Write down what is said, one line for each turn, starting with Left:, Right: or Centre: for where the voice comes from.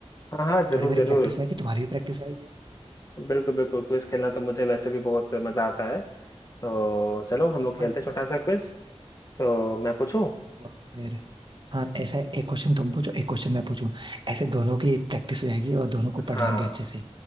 Left: हाँ हाँ जरूर
Right: थोड़ी मेरी
Left: जरूर
Right: प्रैक्टिस है कि तुम्हारी भी प्रैक्टिस आएगी
Left: बिल्कुल बिल्कुल क्विज खेलना तो मुझे वैसे भी बहुत मजा आता है तो चलो हम लोग खेलते
Right: हाँ हाँ।
Left: हैं छोटा सा क्विज तो मैं पूछूं
Right: तो फिर हाँ ऐसा है एक क्वेश्चन तुम पूछो एक क्वेश्चन मैं पूछूं ऐसे दोनों की प्रैक्टिस हो जाएगी और दोनों
Left: हाँ
Right: को पढ़ लेंगे अच्छे से